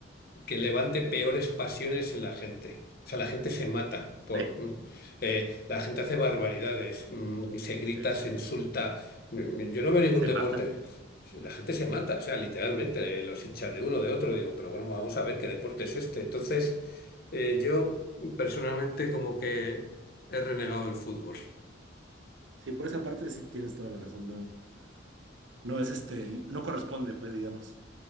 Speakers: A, on the left (about 50°); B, on the right (about 80°).
A: que levante peores pasiones en la gente. O sea, la gente se mata por,
B: Sí.
A: mm, eh, la gente hace barbaridades, mm, se grita,
B: se, se-
A: se insulta. Mm, Yo no veo ningún
B: se
A: deporte.
B: matan.
A: La gente se mata, o sea, literalmente, eh, los hinchas de uno, de otro. Digo, pero bueno, vamos a ver qué deporte es este. Entonces, eh, yo personalmente como que he renegado del fútbol.
B: Sí, por esa parte sí tienes toda la razón, no, no es este, no corresponde, pues, digamos,